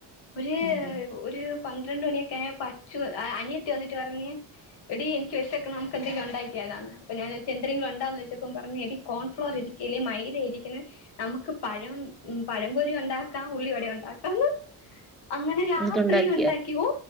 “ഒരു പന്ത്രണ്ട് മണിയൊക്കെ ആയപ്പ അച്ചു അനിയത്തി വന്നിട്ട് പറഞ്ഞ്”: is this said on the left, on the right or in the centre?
Left